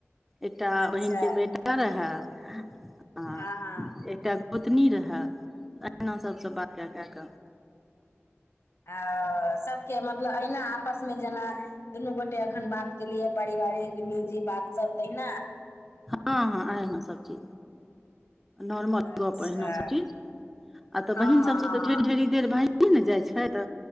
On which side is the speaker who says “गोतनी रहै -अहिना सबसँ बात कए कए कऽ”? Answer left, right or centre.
Centre